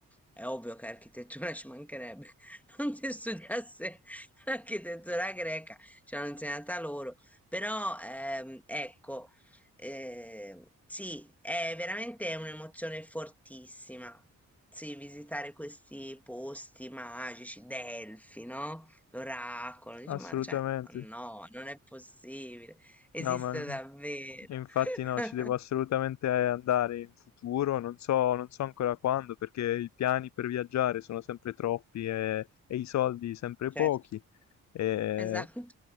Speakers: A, in the centre; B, on the left.
A: è ovvio che architettura ci mancherebbe. <laughs> Non si studiasse l'architettura greca, ce l'hanno insegnata loro però ehm, ecco, eh, sì, è veramente un'emozione fortissima. Sì, visitare questi posti magici, Delfi, no? L'oracolo, dici,
B: assolutamente.
A: ma cioè, ma no, non è possibile, esiste
B: No, ma
A: davvero.
B: infatti no,
A: <laughs>
B: ci devo assolutamente andare in futuro, non so, non so ancora quando, perché i piani per viaggiare sono sempre troppi e, e i soldi sempre
A: Certo.
B: pochi. E,
A: Esatto.